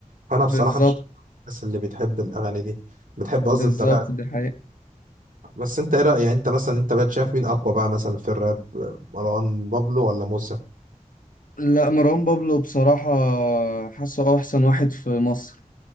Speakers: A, on the right; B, on the left.
A: فانا بصراحه
B: بالظبط
A: مش من الناس اللي بتحب الاغاني دي بتحب قصدي
B: بالظبط
A: الطريقه
B: دي حقيقة
A: بس انت ايه رأيك يعني انت مثلا انت بقى شايف مين اقوى بقى مثلا في الراب مروان بابلو ولا موسى
B: لا مروان بابلو بصراحة حاسه احسن واحد في مصر